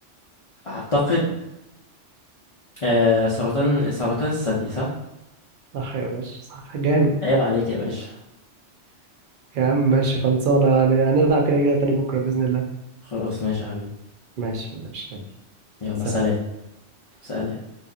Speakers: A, on the left; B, on the right.
A: اعتقد آه سرطان سرطان الثدي صح
B: صح يا باشا صح جامد
A: عيب عليك يا باشا
B: يا عم ماشي خلصانة يعني هنلعب كده كده تاني بكرة بإذن الله
A: خلاص ماشي يا حبيبي
B: ماشي ماشي يلا.
A: يلا
B: سلام
A: سلام سلام